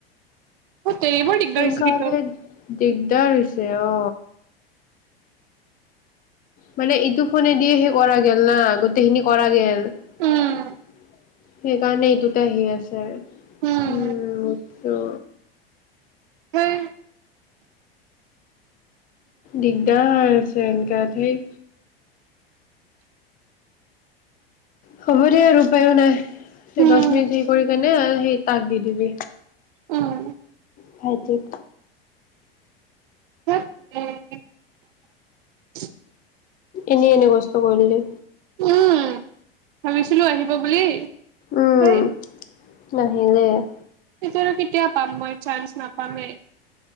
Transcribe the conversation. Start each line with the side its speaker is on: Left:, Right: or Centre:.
Right: তাক এৰিব‌ই দিগদাৰ
Left: সেনেকা
Right: হৈছে, কিন্তু
Left: হলে দিগদাৰ হৈছে, অ মানে ইটো ফোনেদিয়ে সেই কৰা গেল ন, গোটেইখিনি কৰা গেল।
Right: উম
Left: <inaudible> সেইকাৰণে, এইটোতে আহি আছে।
Right: উম
Left: উম- অ
Right: উম-
Left: দিগদাৰ হৈ আছে, এনকাত সেই হব দে আৰু উপায়ো নাই। সেই
Right: উম
Left: দহ মিনিট সি কৰি কেনে আৰু সেই তাক দি দিবি।
Right: উম-
Left: ভাইটিক।
Right: থ <unintelligible>
Left: এনেই-এনেই কষ্ট কৰি ললি
Right: উম, ভাবিছিলো আহিব বুলি
Left: উম-
Right: সেই
Left: নাহিলে <unintelligible>
Right: তেতিয়া আৰু কেতিয়া পাম মই চান্স নাপামে।